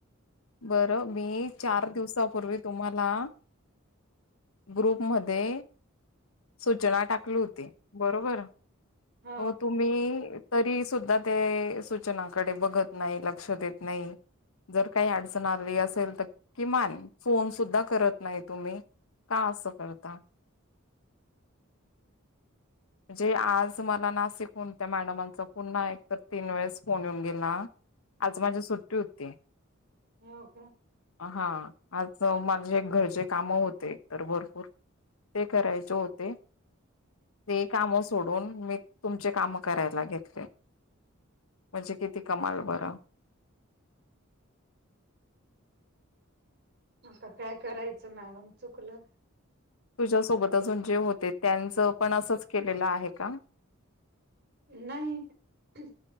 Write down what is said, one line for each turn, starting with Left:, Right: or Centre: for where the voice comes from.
Left: बरं मी चार दिवसापूर्वी तुम्हाला ग्रुप मधे सूचना टाकली होती बरोबर
Right: हो
Left: म तुम्ही तरी सुद्धा ते सूचनाकडे बघत नाही लक्ष देत नाही जर काही अडचण आली असेल तर किमान फोन सुद्धा करत नाही तुम्ही का असं करता म्हणजे आज मला नाशिक हून त्या मॅडमांचा पुन्हा एकत तीन वेळेस फोन येऊन गेला आज माझ्या सुट्टी होती
Right: हो का
Left: हा आज माझे घरचे काम होते एकत भरपूर ते करायचे होते ते काम सोडून मी तुमचे काम करायला घेतले म्हणजे किती कमाल बरं <inaudible>
Right: आता काय करायचं मॅडम चुकलं
Left: तुझ्यासोबत अजून जे होते त्यांचं पण असंच केलेलं आहे का
Right: नाही